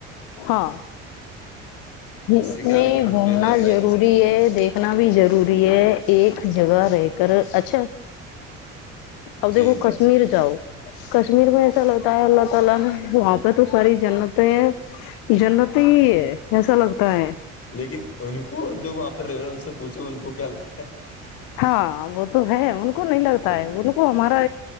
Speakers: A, on the left; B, on the left.
A: ہاں میں
B: اس سے کیا موڈ
A: گھومنا
B: فریش ہو جاتا
A: ضروری
B: ہے انسان کا
A: ہے دیکھنا بھی ضروری ہے ایک جگہ رہے گ کر اچھا اب
B: جی جی
A: کشمیر
B: جی
A: جا کر دیکھو کشمیر میں اللہ کیسا لگتا ہے۔ و آپس تو ساری جنت ہے جنت ہی ہے ایسا لگتا ہے
B: لیکن ان کو جب آپ پرگگر ان سے پوچا جو ان کو کیا لگتا ہے
A: ہاں وہ تو ہے ان کو نہیں لگتا
B: بالکل
A: ہے ان کو ہمارا